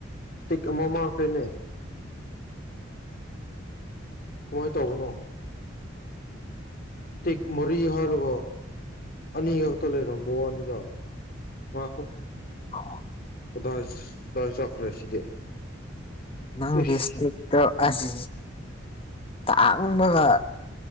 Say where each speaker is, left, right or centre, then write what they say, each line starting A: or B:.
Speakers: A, on the left; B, on the left.
A: ꯏꯁꯇꯤꯛ ꯑꯃ ꯃꯥꯡꯈ꯭ꯔꯦꯅꯦ ꯀꯃꯥꯏꯟ ꯇꯧꯕꯅꯣ ꯇꯤꯛ ꯃꯔꯤꯍꯥꯏꯔꯒ ꯑꯅꯤꯈꯛꯇꯥ ꯂꯩꯔꯝꯕ ꯋꯥꯅꯤꯗ ꯉꯥꯈꯣ
B: <inaudible>
A: ꯀꯗꯥꯏ ꯀꯗꯥꯏ ꯆꯠꯈ꯭ꯔꯦ ꯁꯤꯗꯤ
B: ꯅꯪꯒꯤ
A: ꯏꯁ
B: ꯁ꯭ꯇꯤꯛꯇꯣ ꯑꯁ ꯇꯥꯡꯕꯒ